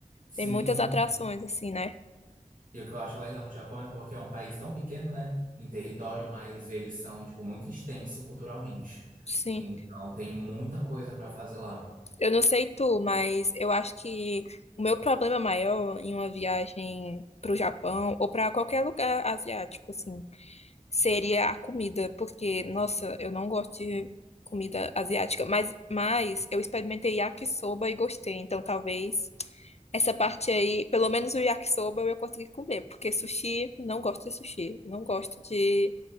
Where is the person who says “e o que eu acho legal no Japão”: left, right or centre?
Right